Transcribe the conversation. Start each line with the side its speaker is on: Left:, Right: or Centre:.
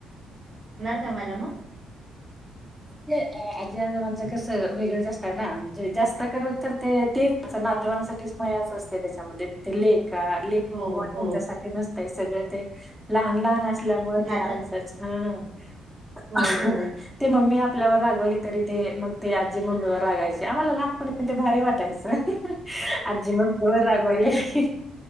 Right: ना मला मग?
Centre: जे अ आजी आजोबांचं कसं वेगळंच असतंय ना म्हणजे जास्त कडक तर ते तेच नातवांसाठीच मायाच असते त्याच्यामध्ये तिथे ले
Right: हो
Centre: <inaudible>
Right: हो
Centre: तुमच्यासाठी नस सगळं ते लहान लहान अस ल्यामुळे
Right: नातवांच
Centre: आमच्याच हा <inaudible>
Right: हो हो
Centre: मी आपल्यावर रागवली तरी ते मग ते आजी मम्मीवर रागायचे आम्हाला लहानपणा ते भारी वाटायचं आजी ममी वर रागवायची